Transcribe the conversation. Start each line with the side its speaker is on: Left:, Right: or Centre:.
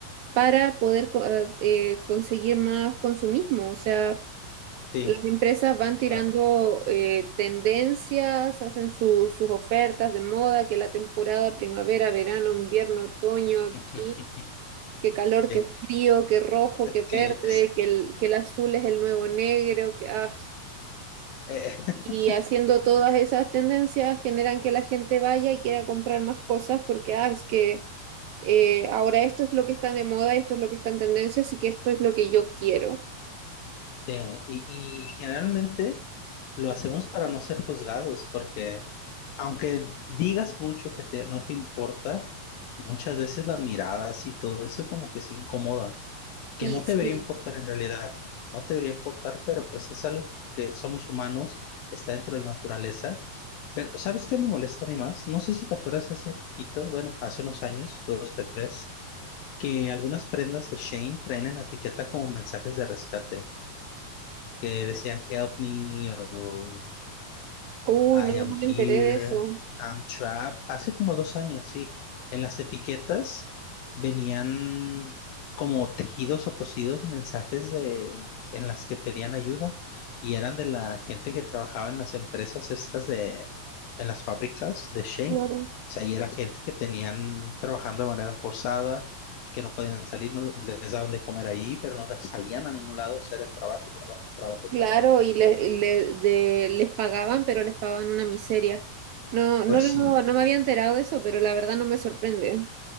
Right: para poder co- eh, eh, conseguir más consumismo. O sea,
Left: Sí,
Right: Las empresas van
Left: total.
Right: tirando eh, tendencias, hacen su- sus ofertas de moda, que la temporada primavera, verano, invierno, otoño, aquí,
Left: <laughs>
Right: que calor, que
Left: Sí,
Right: frío, que rojo, que
Left: que,
Right: verde, que el, que el azul es el nuevo negro, que, ah,
Left: eh, <laughs>
Right: y haciendo todas esas tendencias generan que la gente vaya y quiera comprar más cosas porque ah, es que eh, ahora esto es lo que está de moda, esto es lo que está en tendencia, así que esto es lo que yo quiero.
Left: sí, y, y generalmente lo hacemos para no ser juzgados, porque aunque digas mucho que te- no te importa, muchas veces las miradas y todo eso como que se incomodan, que
Right: Y
Left: no
Right: sí,
Left: te debería importar en realidad, no te debería importar, pero pues es algo que somos humanos, está dentro de la naturaleza. Pero ¿sabes qué me molesta a mí más? No sé si te acuerdas hace poquito, bueno, hace unos años, dos, tres, que algunas prendas de Shane traen en la etiqueta como mensajes de rescate, que decían help me o
Right: uy,
Left: I
Right: no,
Left: am
Right: no
Left: here,
Right: me enteré de eso.
Left: I'm trapped. Hace como dos años, sí. En las etiquetas venían como tejidos o cosidos mensajes de, en las que pedían ayuda y eran de la gente que trabajaba en las empresas estas de, en las fábricas de Shane.
Right: claro.
Left: O sea, y era gente que tenían trabajando de manera forzada, que no podían salir, no lo- les daban de comer ahí, pero no salían a ningún lado, o sea, era trabajo, trabajo, trabajo,
Right: Claro,
Left: trabajo.
Right: y le- le- de- les pagaban, pero les pagaban una miseria. No,
Left: Pues
Right: no lo-
Left: sí,
Right: no me había enterado de eso, pero la verdad no me sorprende.